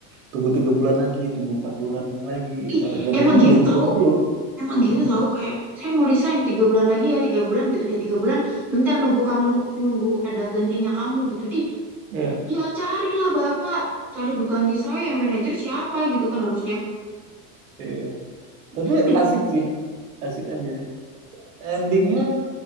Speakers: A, on the right; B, in the centre.
A: tunggu tiga bulan lagi, tunggu empat bulan lagi. gitu.
B: Ih,
A: Dan
B: emang
A: itu mundur-mundur
B: gitu tahu.
A: mulu gitu.
B: Emang gitu
A: Hmm.
B: tahu kayak saya mau resign tiga bulan lagi ya tiga bulan gitu udah tiga bulan bentar nunggu kamu nunggu ada gantinya kamu gitu di
A: Iya,
B: ya carilah bapak cari berganti saya manajer siapa gitu kan harusnya
A: iya. Tapi
B: <laughs>
A: asik sih, asik aja. endingnya
B: Ih,